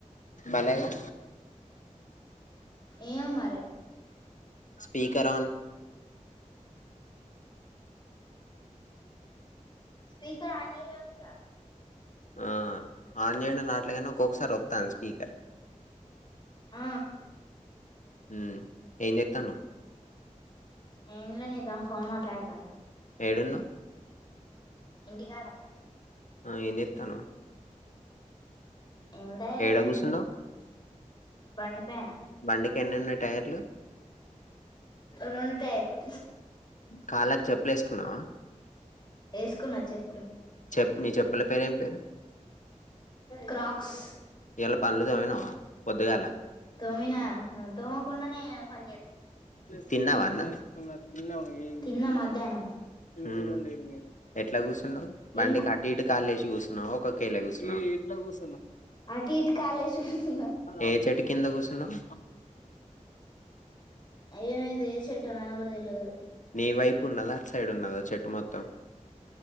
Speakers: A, on the left; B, on the left.
A: భలేగా
B: ఏమో మరి.
A: Speaker on.
B: స్పీకర్ ఆన్ చేసే వుందిగా.
A: ఆ ఆన్ చేయండన్నా అట్ల ఏదన్నా ఒక్కొక్కసారి ఒత్తాంది స్పీకర్.
B: ఆ
A: ఉమ్. ఏం చేతాన్నవ్.
B: ఏం లే నీతో ఫోన్ మాట్లాడతాన.
A: ఏడున్నవ్.
B: ఇంటికాడా.
A: ఆ ఏం చేతాన్నవ్.
B: ఏంలేద్
A: ఏడ కూసున్నావ్
B: ఊ బండి పైన.
A: బండికి ఎన్ని ఉన్నాయ్ టైర్లు.
B: రెండు టయర్లు.
A: కాళ్ళకి చెప్పులేసుకున్నావా.
B: ఏసుకున్న చెప్పులు.
A: చెప్ నీ చెప్పుల పేరు ఏం పేరు
B: క్రాక్స్.
A: ఇయాల పనులు తోమినవా పొద్దుగాల
B: తోమినా హ తోమకుండనే పని చేత్
A: తిన్నావా అన్నం. తిన్నాం ఏ ఏ
B: తిన్నా మధ్యాహ్నం
A: ఉమ్. ఎట్ల కూస్ సున్నవ్. బండికి
B: ఏం కు-
A: అటు ఇటు కాలేశి ట్టి కూసున్నావా, ఒక్క కెళ్ళే కూసున్నావా.
B: అటు ఇటు కాలేశి కూసున్న.
A: ఏ చెట్టు కింద కూసున్నవ్.
B: అయ్యో ఇది ఏ చెట్టో నా కూడా తెల్వదు.
A: నీ వైపు ఉన్నదా అట్ సైడ్ ఉన్నదా చెట్టు మొత్తం.